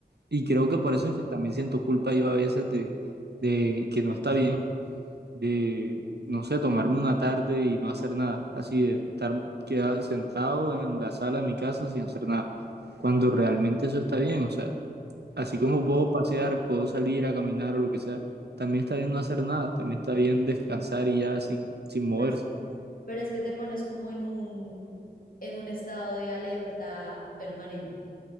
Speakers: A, on the right; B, on the left.
A: Y creo que por eso es que también siento culpa yo a veces de, de que no está bien de, no sé, tomarme una tarde y no hacer nada, así de estar quedado, sentado en la sala de mi casa sin hacer nada, cuando realmente eso está bien, o sea, así como puedo pasear, puedo salir a caminar o lo que sea, también está bien no hacer nada, también está bien descansar y ya sin, sin moverse.
B: Así es. Pero es que te pones como en un, en un estado de alerta permanente.